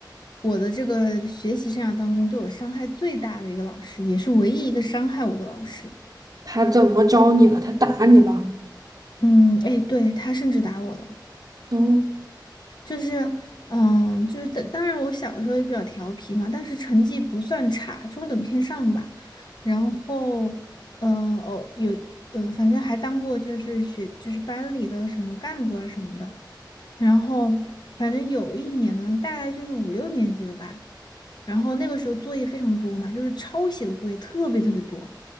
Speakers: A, on the left; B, on the right.
A: 我的这个学习生涯当中对我伤害最大的一个老师，也是唯一一个伤害我的老师。
B: 他怎么招你了？他打你了？
A: 嗯，哎，对，他甚至打我了，
B: 哦，
A: 就是，嗯，就是当，当然我小的时候也比较调皮嘛，但是成绩不算差，中等偏上吧。然后，嗯，哦，有，嗯，反正还当过就是学，就是班里的什么干部啊什么的。然后反正有一年呢，大概就是五六年级了吧。然后那个时候作业非常多嘛，就是抄写的作业特别特别多。